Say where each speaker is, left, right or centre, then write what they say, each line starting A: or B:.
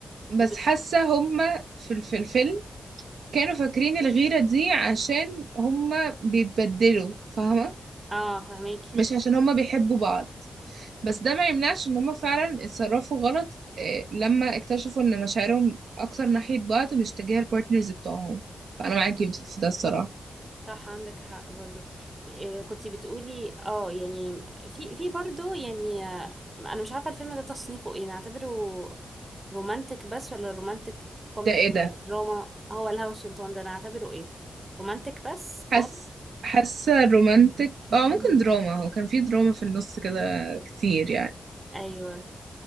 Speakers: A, on the right; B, on the right.
A: بس
B: مش
A: حاسه هما في ال- في الفيلم كانوا فاكرين الغيره دي عشان هما بيتبدلوا فاهمه
B: اه فهميك
A: مش عشان هما بيحبوا بعض بس ده ما يمنعش ان هما فعلا اتصرفوا غلط آه، لما اكتشفوا ان مشاعرهم اكتر ناحيه بعض مش تجاه البارتنرز بتوعهم فانا معاكي في ده الصراحه
B: صح عندك حق برضو إيه، كنتي بتقولي اه يعني في في برضو يعني آه، انا مش عارفه الفيلم ده تصنيفه ايه نعتبره رومانتك بس ولا رومانتك كوميدي
A: ده ايه
B: ولا
A: ده
B: دراما هو الهوى السلطان ده انا اعتبره ايه رومانتك بس
A: حاسه
B: خالص
A: حاسه رومانتك اه ممكن دراما هو كان في دراما في النص كده كتير يعني
B: ايوه